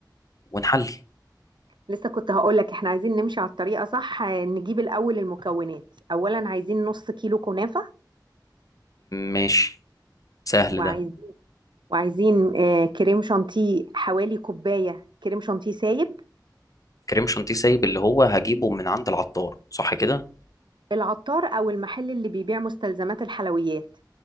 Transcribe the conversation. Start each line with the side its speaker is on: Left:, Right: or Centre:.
Left: ونحلي
Right: لسه كنت هقول لك احنا عايزين نمشي على الطريقه صح آه، نجيب الاول المكونات اولا عايزين نص كيلو كنافه
Left: ماشي سهل
Right: وعايز
Left: ده
Right: وعايزين آه، كريم شانتيه حوالي كوبايه كريم شانتيه سايب
Left: كريم شانتيه سايب اللي هو هجيبه من عند العطار صح كده
Right: العطار او المحل اللي بيبيع مستلزمات الحلويات